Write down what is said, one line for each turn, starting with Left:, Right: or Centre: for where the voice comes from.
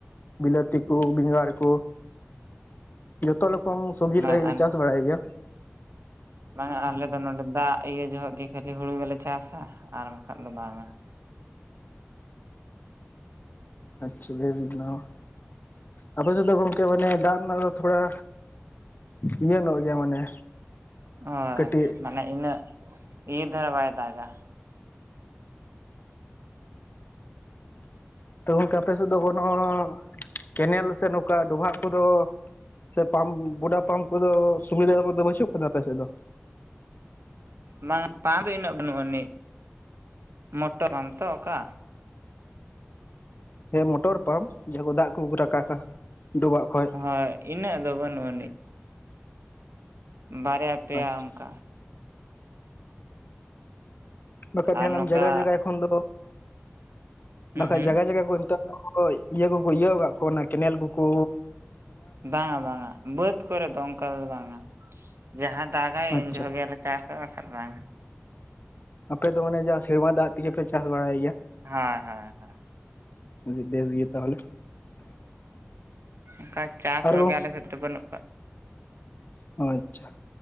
Left: ᱵᱤᱞᱟᱹᱛᱤᱠᱩ ᱵᱮᱸᱜᱟᱲ ᱠᱚ ᱡᱷᱚᱛᱚ ᱨᱚᱠᱚᱢ ᱥᱚᱵᱡᱤ
Right: ᱵᱟᱝ
Left: ᱞᱮᱠᱟ ᱜᱮᱞᱮ
Right: ᱟᱨ
Left: ᱪᱟᱥ ᱵᱟᱲᱟᱭ ᱜᱮᱭᱟ᱾
Right: ᱵᱟᱝᱟ ᱟᱞᱮ ᱫᱚ ᱱᱚᱰᱮ ᱫᱟᱜ ᱤᱭᱟᱹ ᱡᱚᱦᱚᱜ ᱜᱮ ᱠᱷᱟᱹᱞᱤ ᱦᱩᱲᱩ ᱜᱮᱞᱮ ᱪᱟᱥᱟ ᱟᱨ ᱵᱟᱠᱷᱟᱡ ᱫᱚ ᱵᱟᱝᱟ᱾
Left: ᱟᱪᱪᱷᱟ ᱵᱮᱥ ᱜᱮ ᱚᱱᱟ ᱦᱚᱸ ᱟᱯᱮ ᱥᱮᱫ ᱫᱚ ᱜᱚᱝᱠᱮ ᱢᱟᱱᱮ ᱫᱟᱜ ᱨᱮᱱᱟᱜ ᱫᱚ ᱛᱷᱚᱲᱟ ᱤᱭᱟᱹ ᱧᱚᱜ ᱜᱮᱭᱟ ᱢᱟᱱᱮ
Right: ᱚ
Left: ᱠᱟᱹᱴᱤᱡ
Right: ᱢᱟᱱᱮ ᱤᱱᱟᱹᱜ ᱤᱭᱟᱹ ᱫᱷᱟᱨᱟ ᱵᱟᱭ ᱫᱟᱜᱟ᱾
Left: ᱛᱚ ᱜᱚᱝᱠᱮ ᱟᱯᱮ ᱥᱮᱫ ᱫᱚ ᱵᱟᱹᱱᱩᱜᱼᱟ ᱠᱮᱱᱮᱞ ᱥᱮ ᱱᱚᱝᱠᱟ ᱰᱚᱵᱷᱟᱜ ᱠᱚᱫᱚ ᱥᱮ ᱯᱟᱢᱯ ᱜᱚᱰᱟ ᱯᱟᱢᱯ ᱠᱚᱫᱚ ᱥᱩᱵᱤᱫᱷᱟ ᱠᱚᱫᱚ ᱵᱟᱹᱪᱩᱜ ᱠᱟᱫᱟ ᱟᱯᱮ ᱥᱮᱫ ᱫᱚ?
Right: ᱵᱟᱝ ᱯᱟ ᱫᱚ ᱤᱱᱟᱹᱜ ᱵᱟᱹᱱᱩᱜ ᱟᱹᱱᱤᱡ ᱢᱚᱴᱚᱨ ᱯᱟᱢ ᱛᱚ ᱚᱝᱠᱟ?
Left: ᱦᱮᱸ ᱢᱚᱴᱚᱨ ᱯᱟᱢᱯ ᱡᱟᱦᱟᱸ ᱠᱚ ᱫᱟᱜ ᱠᱚ ᱨᱟᱠᱟᱵᱟ᱾ ᱰᱚᱵᱟᱜ ᱠᱷᱚᱡ
Right: ᱦᱳᱭ ᱤᱱᱟᱹᱜ ᱫᱚ ᱵᱟᱹᱱᱩᱜ ᱟᱹᱱᱤᱡ ᱵᱟᱨᱭᱟ ᱯᱮᱭᱟ
Left: ᱟᱪᱪᱷᱟ
Right: ᱚᱝᱠᱟ᱾
Left: ᱵᱟᱠᱷᱟ ᱫᱚ
Right: ᱟᱨ
Left: ᱧᱮᱞᱟᱢ
Right: ᱱᱚᱝᱠᱟ
Left: ᱡᱟᱭᱜᱟ ᱡᱟᱭᱜᱟ ᱮᱠᱷᱚᱱ ᱫᱚ
Right: ᱦᱩᱸ
Left: ᱵᱟᱠᱷᱟᱡ
Right: ᱦᱩᱸ
Left: ᱡᱟᱭᱜᱟ ᱡᱟᱭᱜᱟ ᱠᱚ ᱱᱤᱛᱚᱜ <unintelligible> ᱤᱭᱟᱹ ᱠᱚᱠᱚ ᱤᱭᱟᱹ ᱠᱟᱜ ᱠᱚᱣᱟ ᱚᱱᱟ ᱠᱮᱱᱮᱞ ᱠᱚᱠᱩ
Right: ᱵᱟᱝᱟ ᱵᱟᱝᱟ ᱵᱟᱹᱫ ᱠᱚᱨᱮ ᱫᱚ ᱚᱝᱠᱟ ᱫᱚ ᱵᱟᱝᱟ ᱡᱟᱦᱟᱸ ᱫᱟᱜᱟᱭ
Left: ᱟᱪᱪᱷᱟ
Right: ᱩᱱ ᱡᱚᱦᱚᱜ ᱜᱮ ᱟᱞᱮ ᱪᱟᱥᱟ ᱵᱟᱠᱷᱟᱫ ᱵᱟᱝᱟ᱾
Left: ᱟᱯᱮ ᱫᱚ ᱢᱟᱱᱮ ᱡᱟ ᱥᱮᱨᱢᱟ ᱫᱟᱜ ᱛᱮᱜᱮ ᱯᱮ ᱪᱟᱥ ᱵᱟᱲᱟᱭ ᱜᱮᱭᱟ?
Right: ᱦᱟᱸ ᱦᱟᱸ ᱦᱟᱸ᱾
Left: ᱟᱵᱤ ᱵᱮᱥ ᱜᱮ ᱛᱟᱦᱚᱞᱮ᱾
Right: ᱚᱝᱠᱟ ᱪᱟᱥ
Left: ᱟᱨ
Right: ᱦᱚᱲᱜᱮ ᱟᱞᱮ ᱥᱮᱫ ᱨᱮ ᱵᱟᱹᱱᱩᱜ ᱠᱟᱜ
Left: ᱚ ᱟᱪᱪᱷᱟ᱾